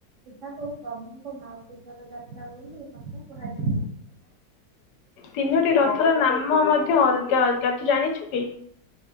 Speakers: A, on the right; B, on the left.
A: ଏଠାକୁ ପ୍ରଭୁଙ୍କ ମାଉ ପବର ଯାତ୍ରା ବୋଲି ମଧ୍ୟ କୁହାଯାଏ।
B: ତିନୋଟି ରଥର ନାମ ମଧ୍ୟ ଅଲଗା ଅଲଗା ତୁ ଜାଣିଛୁ? କି?